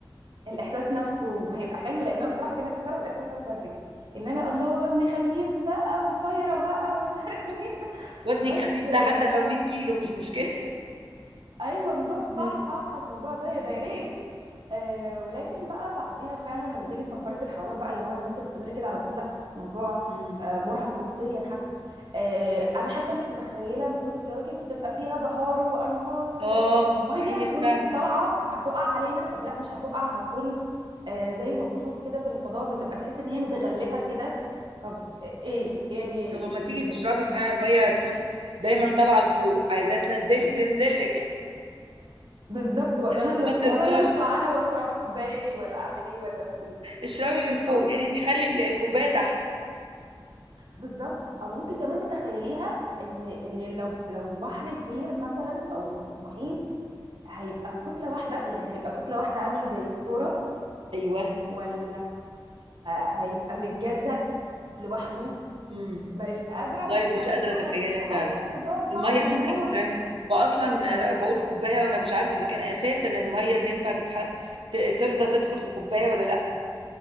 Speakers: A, on the right (about 65°); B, on the right (about 90°).
A: الاحساس نفسه هيبقى حلو لان انا صراحه كان نفسي اجرب الاحساس ده من بدري ان انا الله وزني خفيف بقى وطايره بقى ومش عارف مين <laughs>
B: وزنك
A: بس
B: خفيف
A: آه،
B: ده حتى لو
A: فعلا
B: 100 كيلو مش مشكله
A: ايوه بالظبط
B: مم.
A: صح صح الموضوع ده يا ده يا ريت آه ولكن بقى بعديها فعلا لما تيجي تفكري في الحوار بقى اللي هو انا ممكن استمر كده على طول لا الموضوع
B: مم.
A: آه مرهق نفسيا حتى آه انا حتى مش متخيله المفروض الكواكب بتبقى فيها بحار وانهار
B: <laughs>
A: والكلام
B: اه
A: الميه
B: صحيح
A: دي هتكون
B: فعلا
A: طالعه هتقع علينا طب لا مش هتقع هتكون آه زي ما بشوف كده في الفضاء بتبقى تحس ان هي متغلفه كده طب ايه إيه، يعني
B: طب ما تيجي
A: إن-
B: تشربي صحيح الميه تكون دايما طالعه لفوق عايزاه تنزل تنزلك
A: بالظبط ولا
B: <laughs>
A: انا اللي
B: ما
A: أطلع-
B: ترضاش
A: ولا اللي اطلع انا واسرع بس ازاي ولا اعمل ايه ولا في ايه
B: اشربي من فوق
A: او تتخيل
B: يعني انت خلي ال- الكوبايه تحت
A: بالظبط او ممكن كمان تتخيليها ان ان لو لو بحر كبير مثلا او محيط هيبقى كتله واحده يعني هيبقى كتله واحده عامل زي الكوره
B: ايوه
A: ولا هيبقى متجزأ لوحده
B: امم
A: مش قادره
B: والله
A: اتخيلها
B: مش قادره اتخيلها
A: بس حاسه
B: فعلا
A: الموضوع
B: الميه
A: صعب موت
B: ممكن تتعمل واصلا انا بقول كوبايه وانا مش عارفه اذا كان اساسا الميه تنفع تتح... ت- ترضى تدخل في كوبايه ولا لا